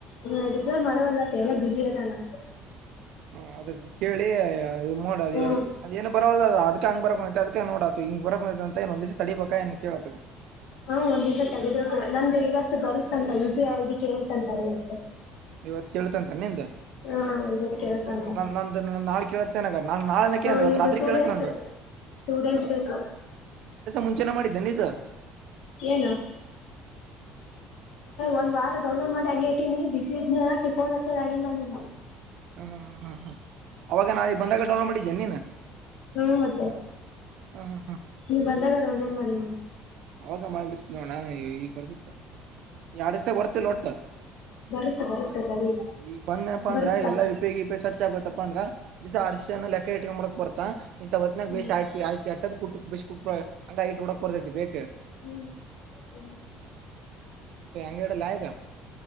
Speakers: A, on the left; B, on the right.
A: ಹಾ ಇಕ್ಕೆ ಮರವಲ್ಲಲ್ಲ ಬಿಿಸಿಯಾದಾನಾ
B: ಹ ಅದಕ್ಕೆ ಕೇಳಿ ನೋಡದ
A: ಹ್ಮ್
B: ಅದನ ಬರೋದ ಅದಕ ಹಂಗ ಬರಕ್ತೆ ಅದಕ ನೋಡ ಹಿಂಗ ಬರಕ ಅಂತ ಏ ಒಂದ್ಸ ತಡಿಬೇಕಾ ನ್ ಕೇಳದ
A: ಹಾ ಒಂದ್ಗ ತೆಗೆಬೇಕು ನಂದುು ಇವತ್ತು ಬರುತ್ತಂತ ಯು ಪಿ ಐ ಐಡಿ ಕೇೇಳತಂತ ಇವತ್ತು
B: ಇವತ್ ಕೇಳಳ್ತ ಅಂತ ನಿ್ದ
A: ಹಾ ಇವತ್ ಕೇಳುತ್ತಂತ
B: ನಿಂದ್ ಕೂಡ ನ ನ ನ ನಾಳು ಕೇಳತ್ತೆ ನಗ ನಾನ್ ನಾಳೆ
A: ಹ
B: ಕೇಳೆ ಅವವ
A: ನಿಮ್ದು
B: ರಾತ್ರಿ
A: ಟೂ
B: ಕೇಳತ್ತೆ
A: ಡೇಸ್
B: ನಂಗಗೆ
A: ಟೂ ಡೇಸ್ ಬೇಕು
B: ಮುಂಚೆನೆ ಮಾಡಿದ್ದೇನೆ ಈದು
A: ಏನು ಒಂದ್ ವಾರ ಡೌನ್ಲೋಡ್ ಮಾಡಿ ಹಂಗಗೆ ಬಿಿಸಿ್ರ ಚು ಕೋನ ಆಲ್ಲಾನ
B: ಹ್ಮ್ ಹ ಹ್ಮ್ ಹ್ಮ್ ಹ್ಮ್ ಅವಾಗ ನಾ ಈ ಬಂದಾಗಡೋಲ್ ಮಾಡಿದ್ದೇನೆ ನೀನ್
A: ಹ್ಮ ಮತ್ತೆ
B: ಹ ಹ ಹ
A: ನೀ ಬಂದಾಗಡ ಒೋ ಮಾಡಿ
B: ಅವಾಗ ಮಾಡಿಬಿಡ್ತಿ ನೋ ನಾ ಈಗ ಬರ್ಸತ್ತ ಈ ಆಡಸ ಬರ್ತಲ್ಲ ಒಟ್ಟ
A: ಬರುತ್ತ ಬರುತ್ತ ತಡಿ
B: ಈ ಬಂದನಪ್ಪ
A: ಬರುತ್ತ
B: ಅಂದ್ರ ಎಲ್ಲಾ ಇಪಗ ಇಪ ಸ ಪ್ಪ ಅಂದ್ರ ದಿಸಸ ಆರ್ ಲೆಕ್ಕ ಇಟ್ಕೊಂಡ ಮಾಡಕ್ ಬರ್ತಾ ಇಂತಥ ಹೊತ್ತಿನಾಗ
A: ಹ್ಮ್
B: ಬೇಕಿ ಹಕಿಟ್ಟಟ್ಟ ಬ ಕು ಹಂಗ ಇಟ್ ಹಡಕಕ್ ಬರ್ತಿ ಬೇ
A: ಹ್ಮ್ ಹ್ಮ
B: ಸ ಆಂಗಡ ಲಾಯಗ